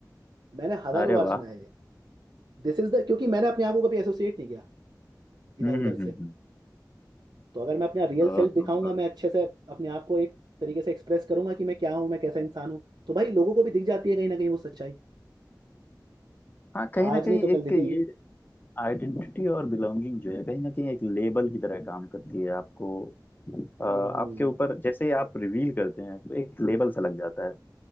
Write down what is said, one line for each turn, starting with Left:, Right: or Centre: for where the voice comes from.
Right: मैंने हजारों
Left: अरे
Right: बार
Left: वाह
Right: सुना है ये दिस इज द क्योंकि मैंने अपने आप को कभी एसोसिएट नहीं किया इधर
Left: हम्म हम्म
Right: उधर से
Left: हम्म
Right: तो अगर मैं अपना रियल
Left: हम्म,
Right: सेल्फ दिखाऊंगा
Left: ओहो।
Right: मैं अच्छे से अपने आप को एक तरीके से एक्सप्रेस करूंगा कि मैं क्या हूँ मैं कैसा इंसान हूँ तो भाई लोगों को भी दिख जाती है कहीं ना कहीं वो सच्चाई
Left: हाँ कहीं ना
Right: आज
Left: कहीं
Right: नहीं तो कल
Left: एक
Right: दिखेगी
Left: ये आइडेंटिटी और बिलोंगिंग जो है कहीं ना कहीं एक लेबल की तरह काम करती है आपको अ, आपके
Right: हम्म हम्म
Left: ऊपर जैसे ही आप रिवील करते हैं तो एक लेबल सा लग जाता है